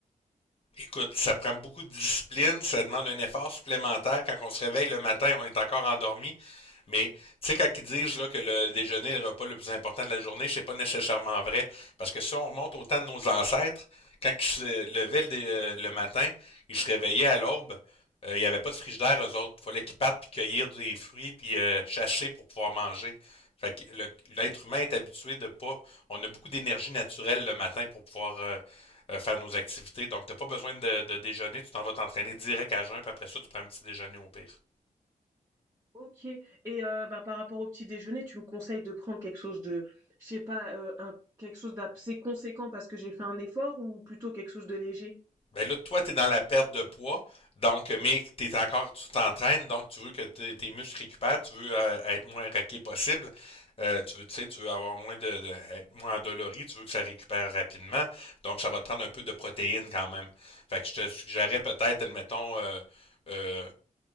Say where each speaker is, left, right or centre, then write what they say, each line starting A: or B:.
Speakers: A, on the left (about 40°); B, on the right (about 25°).
A: Écoute, ça prend beaucoup de discipline, ça demande un effort supplémentaire. Quand on se réveille le matin, on est encore endormi. Mais tu sais, quand ils disent là, que le déjeuner est le repas le plus important de la journée, c'est pas nécessairement vrai. Parce que si on remonte au temps de nos ancêtres, quand ils se levaient le, dé- euh, le matin, ils se réveillaient à l'aube, euh, il n'y avait pas de frigidaire, eux autres. Il fallait qu'ils partent puis cueillir des fruits puis euh, chasser pour pouvoir manger. Fait que le- l'être humain est habitué de pas. On a beaucoup d'énergie naturelle le matin pour pouvoir euh, euh, faire nos activités. Donc, t'as pas besoin de, de déjeuner. Tu t'en vas t'entraîner direct à jeun, puis après ça, tu prends un petit déjeuner au pire.
B: Ok. Et euh, bah, par rapport au petit déjeuner, tu me conseilles de prendre quelque chose de, je sais pas, euh, un, quelque chose d'assez conséquent parce que j'ai fait un effort ou plutôt quelque chose de léger?
A: Ben là, toi, t'es dans la perte de poids, donc, euh, mais t'es encore, tu t'entraînes, donc tu veux que tes, tes muscles récupèrent, tu veux euh, être moins raqué possible, euh, tu veux, tu sais, tu veux avoir moins de, de- être moins endolori, tu veux que ça récupère rapidement, donc ça va te prendre un peu de protéines quand même. Fait que je te suggérerais peut-être, admettons, euh, euh,